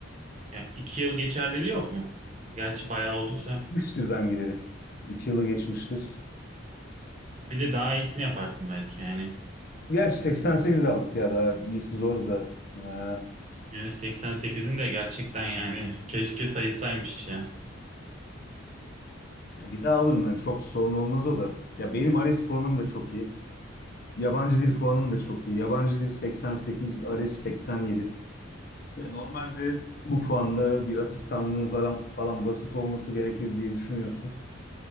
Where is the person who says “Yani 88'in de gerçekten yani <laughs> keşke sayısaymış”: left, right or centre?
Right